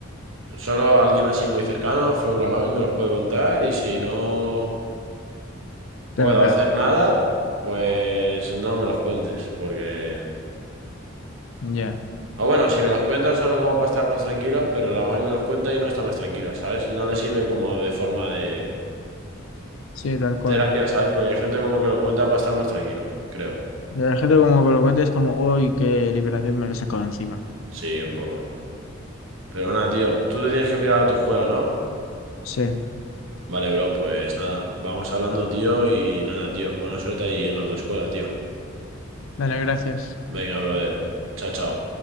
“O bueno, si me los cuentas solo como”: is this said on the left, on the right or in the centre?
Right